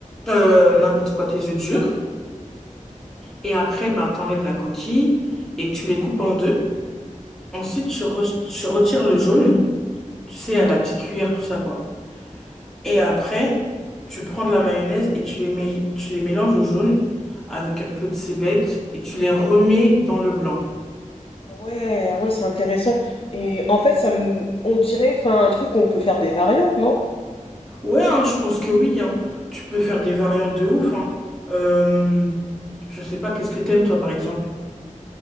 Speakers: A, in the centre; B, on the left.
A: euh, n'importe quoi, tes œufs durs. Et après, ben, t'enlèves la coquille et tu les coupes en deux. Ensuite, tu, re- tu retires le jaune, tu sais, à la petite cuillère, tout ça, quoi. Et après, tu prends de la mayonnaise et tu les, mé- tu les mélanges au jaune avec un peu de cébette et tu les remets dans le blanc.
B: Ah Ouais, ah ouais, c'est intéressant. Et en fait, ça me, on dirait, enfin, un truc on peut faire des variantes, non?
A: Ouais, hein, je pense que oui, hein. Tu peux faire des variantes de ouf, hein. Euh, je sais pas, qu'est-ce que t'aimes, toi, par exemple?